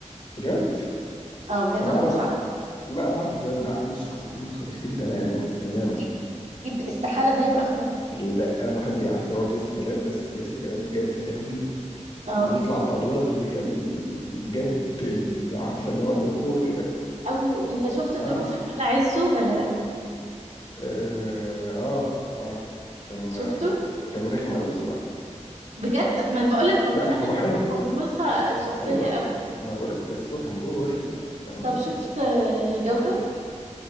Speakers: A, on the left; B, on the right.
A: بجد
B: اه بجد أنا
A: انا
B: ما
A: اعرف
B: كنتش عارفه
A: لا انا عارف من زمان مع ان الشخصيتين مختلفتين تماما تماما
B: جد جد استحاله ده يبقى اخوه ده
A: لا انا بحب على فكره برضه ياسر جلال بس ياسر جلال جد قوي
B: اه
A: وبيطلع في ادوار اللي هي الجد اللي عارفه اللي هو الوقور كده
B: قوي انت شفت
A: اه
B: دوره في حاجه عزه ولا
A: اه اه, آه. كان
B: شفته
A: آه، كان رخم قوي الصراحه
B: بجد ما انا بقول لك هو
A: لا
B: كان اخد
A: هو
B: متقمصه
A: حلو
B: الشخصيه
A: ايوه
B: قوي
A: ما انا بقول لك بس هو كان دوره رخم يعني فاهم
B: طب شفت آه، جودر